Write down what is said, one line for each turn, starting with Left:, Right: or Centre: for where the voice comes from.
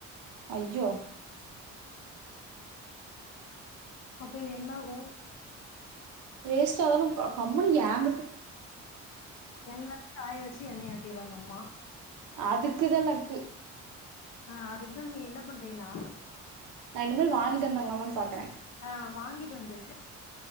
Right: ஐய்யோ
Left: அப்ப இது என்ன ஆகு
Right: வேஸ்ட்டாதான ஆ கம்முனு யேங்கட்ட
Left: எல்லாத்தயு காய வச்சு எண்ணை ஆட்டிரு அந்தம்மா
Right: அதுக்குதா லக்கு
Left: ஆ அதுக்குதா நீ என்ன பண்றயினா
Right: நா இனிமேல் வாங்கிட்டு வந்தர்லாமான்னு பாக்கறே
Left: ஆ வாங்கிட்டு வந்து